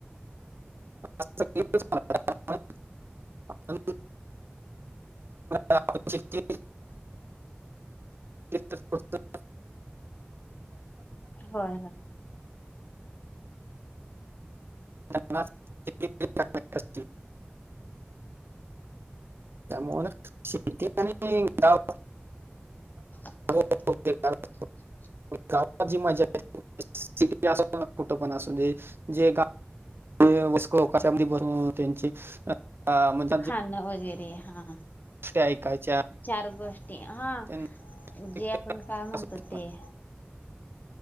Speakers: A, on the right (about 70°); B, on the left (about 50°).
A: असं केलं चालणार. आपण आपण शेती स्वस्तात स्वस्त
B: होय, होय.
A: त्यांनाच, जमिनी विकत देत असतील. त्यामुळ शेती आणि गाव <inaudible>
B: <inaudible>
A: गाव- गावात जी मजाय, <inaudible> कुठं पण असू दे. जे काम कशामध्ये बर त्यांचे म्हणजे <unintelligible>
B: खाणं वगैरे, हा.
A: गोष्टी ऐकायच्या.
B: चार गोष्टी. हा,
A: त्यांना
B: जे
A: एक
B: आपण काय म्हणतो?
A: असं
B: ते